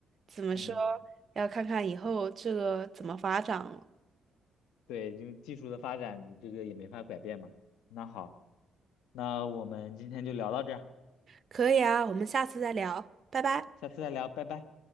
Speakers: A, on the right (about 50°); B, on the left (about 85°).
A: 怎么说，
B: 嗯，
A: 要看看以后这个怎么发展了。
B: 对，因为技术的发展，你这个也没法改变嘛。那好，那我们今天就聊到这儿，
A: 可以啊，我们下次再聊，拜拜。
B: 下次再聊，拜拜。